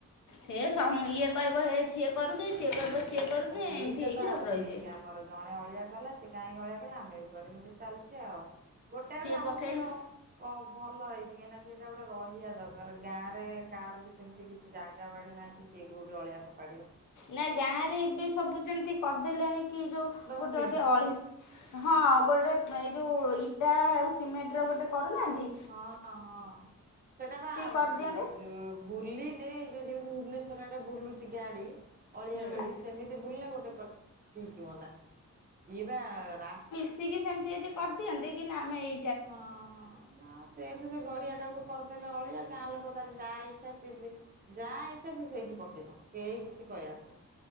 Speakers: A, on the left; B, on the right.
A: ସେ ସମ ଇଏ କହିବ ହେ ସିଏ କରୁନି ସିଏ କହିବ ସିଏ କରୁନି
B: ଆ ସେଇଟା
A: ଏମିତି ହେଇକି
B: ତ
A: ସବୁ
B: ଆରମ୍ଭ
A: ରହିଯିବେ।
B: ହେଇଛି ଆମର ଜଣେ ଅଳିଆ କଲା ସେ କାହିଁକି ଅଳିଆ କଲେ ଆମେ ବି କରିବୁ ଚାଲିଛି ଆଉ। ଗୋଟେ ଆଡୁ
A: ସିଏ
B: ଆମର
A: ପକେଇଲେ
B: ସେଉ ଓ ଭଲ ହେଇଛି କାହିଁକିନା ସେଇଟା ଗୋଟେ ରହିବା ଦରକାର ଗାଁ ରେ କାଁହାର ବି ସେମିତି କିଛି କିଛି ଜାଗା ବାଡି ନାଇଁ କିଏ କୋଉଠି ଅଳିଆ ଫୋପାଡିବ।
A: ନା ଗାଁରେ ଏବେ ସବୁ ଯେମିତି କରିଦେଲେଣି କି ଯୋଉ
B: ଡଷ୍ଟବିନ୍
A: ଗୋଟେ ଗୋଟେ ଅଳି ହଁ ଗୋଟେ ଏ ଯୋଉ ଇଟା ଆଉ ସିମେଣ୍ଟର ଗୋଟେ କରୁନାହନ୍ତି
B: ହଁ ହଁ ସେଇଟା ବା
A: କରିଦିଅନ୍ତେ
B: ବେଜୁ ବୁଲିଲେ ଯୋଉ ଯେମିତି ଭୁବନେଶ୍ଵର ଆଡେ ବୁଲୁଛି ଗାଡି ଅଳିଆ
A: ହୁଁ।
B: ଗାଡି ସେମିତି ବୁଲିଲା ଗୋଟେ ପ୍ରକାର ଠିକ୍ ହୁଅନ୍ତା ଇଏ ବା ରାସ୍
A: ସିଏ କି ସେମିତି ଯଦି କରିଦିଅନ୍ତେ କି ନା ଆମେ ଏ
B: ହଁ-ହଁ ନା ସେଇ ତ ସେ ଗଡିଆ ଟାକୁ କରିଦେଲେ ଅଳିଆ ଗାଁ ଲୋକ ତାର ଯାହା ଇଚ୍ଛା ଯାହା ଇଚ୍ଛା ସେ ସେଇଠି ପକେଇବ କେହି କିଛି କହିବାରନା